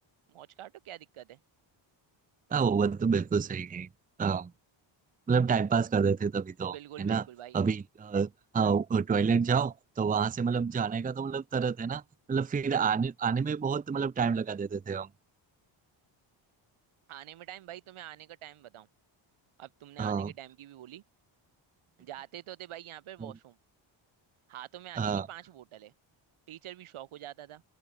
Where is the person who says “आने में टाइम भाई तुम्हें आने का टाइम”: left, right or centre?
Right